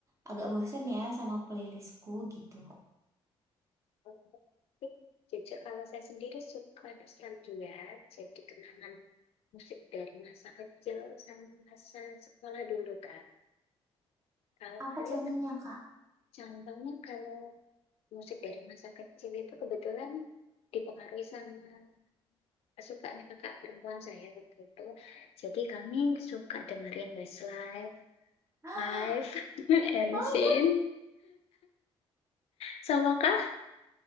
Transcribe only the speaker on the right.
agak bosen ya sama playlistku gitu.
Apa
contohnya, Kak?
<gasps>
Oh
my God.